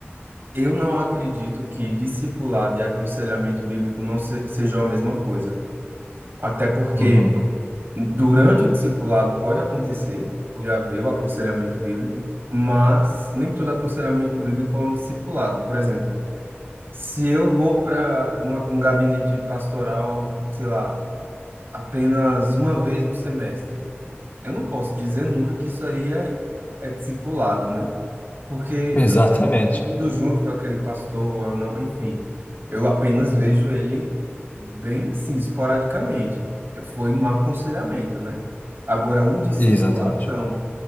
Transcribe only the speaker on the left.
uhum.
<laughs> Exatamente.
Exatamente.